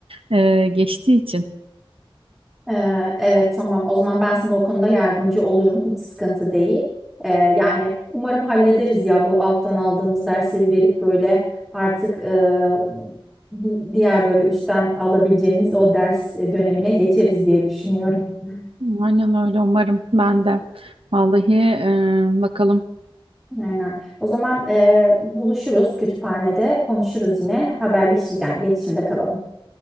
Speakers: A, on the right; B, in the centre.
A: e, geçtiği için.
B: Ee, evet tamam. O zaman ben sana o konuda yardımcı olurum. Hiç sıkıntı değil. Ee, yani umarım hallederiz ya bu alttan aldığımız dersleri verip böyle artık e, di- diğer böyle üstten alabileceğimiz o ders e, dönemine geçeriz diye düşünüyorum. <laughs>
A: Aynen öyle umarım ben de. Vallahi e, bakalım.
B: Aynen. O zaman e, buluşuruz kütüphanede, konuşuruz yine, haberleşiriz yani iletişimde kalalım.